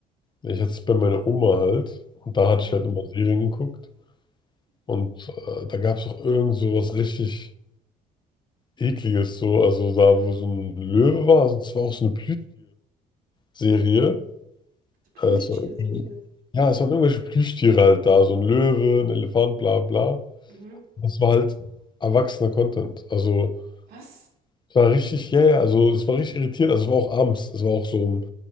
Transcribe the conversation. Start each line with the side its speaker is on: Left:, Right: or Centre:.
Left: Ich hatte es bei
Right: Mhm.
Left: meiner Oma halt. Und da
Right: Mhm.
Left: hatte ich halt immer Serien geguckt. Und äh, da gab es auch irgend so was richtig Ekliges. So. Also da, wo so ein Löwe war. Also es war auch so eine Plüschtier-Serie.
Right: Plüschtierserie.
Left: Äh, es war irgendwie, ja, es waren irgendwelche Plüschtiere halt da. So ein Löwe, ein Elefant, bla bla.
Right: Mhm.
Left: Das war halt erwachsener Content. Also
Right: Was?
Left: es war richtig, ja, ja. Also es war richtig irritierend. Also es war auch abends. Es war auch so um